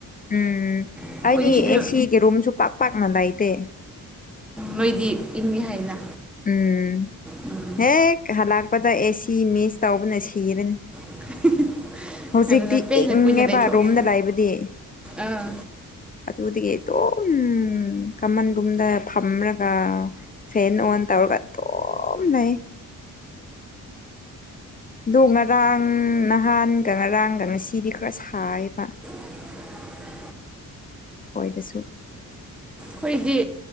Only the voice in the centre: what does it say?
ꯑꯩꯈꯣꯏꯗꯤ
ꯁꯤꯗ
ꯅꯣꯏꯗꯤ ꯏꯪꯉꯤ ꯍꯥꯏꯅ
ꯎꯝ
<inaudible>
ꯑꯗꯨꯅ ꯄꯦꯟꯅ
ꯀꯨꯏꯅ ꯂꯩꯊꯣꯛꯑꯣ
ꯑꯥ
<inaudible>
ꯈꯣꯏꯗꯤ